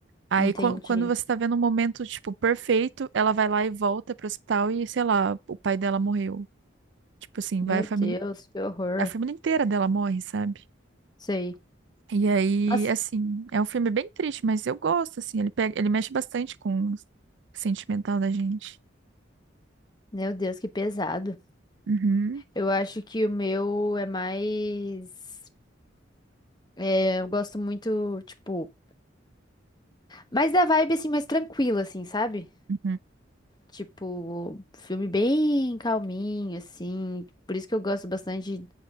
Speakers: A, on the right (about 65°); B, on the left (about 20°).
A: Aí
B: entendi.
A: qu- quando você tá vendo um momento tipo perfeito, ela vai lá e volta pro hospital e sei lá, o pai dela morreu. Tipo assim,
B: Meu
A: vai a família,
B: Deus, que horror.
A: a família inteira dela morre, sabe?
B: Sei.
A: E aí,
B: Nossa,
A: assim, é um filme bem triste, mas eu gosto, assim, ele pega, ele mexe bastante com o sentimental da gente.
B: meu Deus, que pesado.
A: Uhum.
B: Eu acho que o meu é mais. é, Eu gosto muito, tipo. Mas da vibe, assim, mais tranquila, assim, sabe?
A: Uhum,
B: Tipo, filme bem calminho, assim. Por isso que eu gosto bastante